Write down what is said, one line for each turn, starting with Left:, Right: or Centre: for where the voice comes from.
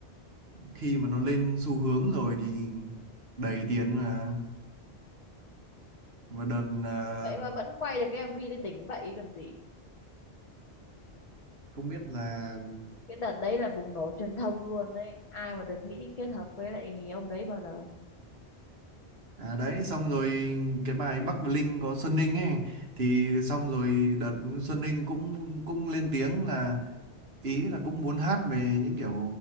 Right: khi mà nó lên xu hướng rồi thì đầy tiền mà và đợt ờ,
Left: vậy mà vẫn quay được cái MV đấy đỉnh vậy còn gì
Right: không biết là
Left: cái đợt đấy là bùng nổ truyền thông luôn đấy ai mà được nghĩ kết hợp với lại ông đấy bao giờ
Right: à đấy xong rồi cái bài Bắc Bling có Xuân Ninh ấy thì xong rồi đợt Xuân Ninh cũng cũng lên tiếng là ý là cũng muốn hát về những kiểu